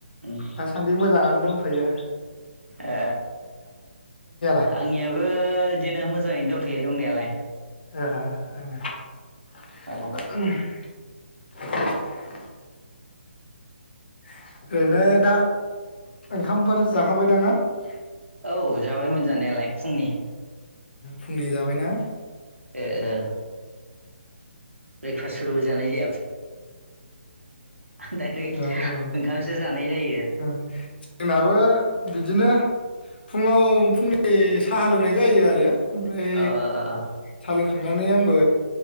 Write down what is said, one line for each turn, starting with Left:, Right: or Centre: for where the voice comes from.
Right: उम
Left: दासान्दि मोजाङानो दंथ'यो
Right: ए
Left: <unintelligible>
Right: आंनियाबो <unintelligible>
Left: <unintelligible> <unintelligible>
Right: औ
Left: <unintelligible> <unintelligible>
Right: औ जाबायमोन जानायालाय फुंनि
Left: फुंनि जाबायना
Right: ए ब्रेकफास्टफोरबो जानाय डाइरेक्ट
Left: औ औ
Right: ओंखामसो जानाय जायो
Left: ओ जोंनाबो बिदिनो फुङाव फुंनि साहा लोंनाय जायो आरो ओमफ्राय
Right: ओ ओ ओ
Left: सा लों खांनानै आंबो